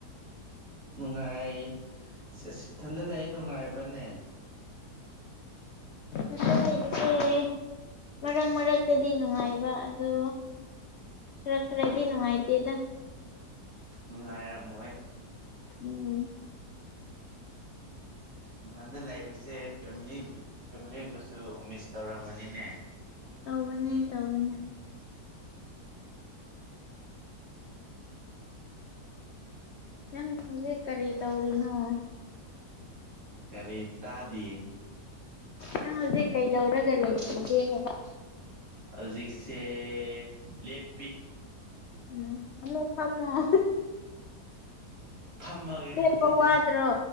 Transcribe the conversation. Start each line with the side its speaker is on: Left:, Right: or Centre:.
Right: ꯅꯨꯡꯉꯥꯏꯁ ꯏꯊꯟꯗ ꯂꯩ ꯅꯨꯡꯉꯥꯏꯕ꯭ꯔꯅꯦ
Left: ꯏꯊꯟꯇ ꯂꯩꯕꯁꯦ ꯃꯔꯛ ꯃꯔꯛꯇꯗꯤ ꯅꯨꯡꯉꯥꯏꯕ ꯑꯗꯣ ꯈꯔ ꯈꯔꯗꯤ ꯅꯨꯡꯉꯥꯏꯇꯦꯗ
Right: ꯅꯨꯡꯉꯥꯏꯔꯝꯃꯣꯏ ꯎꯝ
Left: ꯎꯝ
Right: ꯏꯊꯟꯗ ꯂꯥꯛꯏꯕꯁꯦ ꯐꯦꯃꯤꯂꯤ ꯐꯦꯃꯤꯂꯤꯕꯨꯁꯨ ꯃꯤꯁ ꯇꯧꯔꯝꯒꯅꯤꯅꯦ
Left: ꯇꯧꯕꯅꯦ ꯇꯧꯕꯅꯦ ꯅꯪ ꯍꯧꯖꯤꯛ ꯀꯔꯤ ꯇꯧꯔꯤꯅꯣ
Right: ꯀꯔꯤ ꯇꯥꯗꯤꯌꯦ
Left: ꯅꯪ ꯍꯧꯖꯤꯛ ꯀꯩꯗꯧꯔꯒ ꯂꯩ <unintelligible>
Right: ꯍꯧꯖꯤꯛꯁꯦ ꯂꯦꯞꯄꯤ
Left: ꯎꯝ ꯑꯃꯨꯛ ꯐꯝꯃꫭ
Right: ꯐꯝꯃꯒꯦ
Left: ꯂꯦꯞꯄ
Right: ꯑꯗꯨꯗꯤ
Left: ꯋꯥꯗ꯭ꯔꯣ